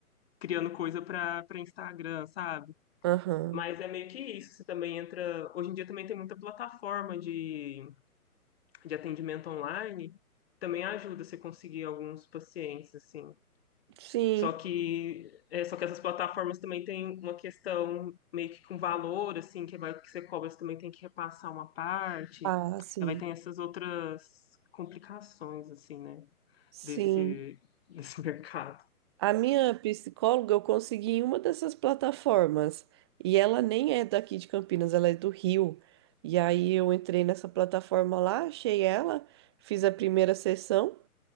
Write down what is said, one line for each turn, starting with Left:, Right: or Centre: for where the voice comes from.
Left: criando coisa pra, pra Instagram, sabe?
Right: Aham.
Left: Mas é meio que isso, você também entra... Hoje em dia também tem muita plataforma de de atendimento online também ajuda você conseguir alguns pacientes, assim.
Right: Sim.
Left: Só que, é, só que essas plataformas também têm uma questão meio que com valor, assim, que vai que você cobra, você também tem que repassar uma parte.
Right: Ah, sim.
Left: Aí vai ter essas outras complicações, assim, né?
Right: Sim.
Left: Desse, desse <laughs> mercado.
Right: A minha psicóloga eu consegui em uma dessas plataformas. E ela nem é daqui de Campinas, ela é do Rio. E aí eu entrei nessa plataforma lá, achei ela, fiz a primeira sessão.